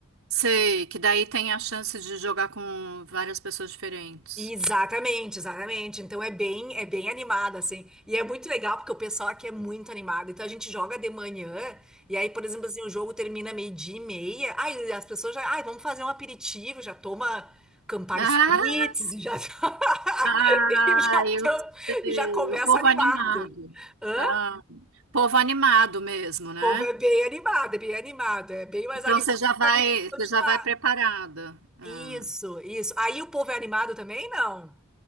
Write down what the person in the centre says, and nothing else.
Exatamente, exatamente. Então é bem, é bem animada assim. E é muito legal porque o pessoal aqui é muito animado. Então a gente joga de manhã e aí, por exemplo, assim, o jogo termina meio-dia e meia. Aí as pessoas já, ai, vamos fazer um aperitivo, já toma Campari
Spritz e já <laughs>
e já, tão-
e já começa
animado.
Hã?
O povo é bem animado, é bem animado, é bem mais
animado
que
onde
tu tá.
Isso, isso. Aí o povo é animado também? Não.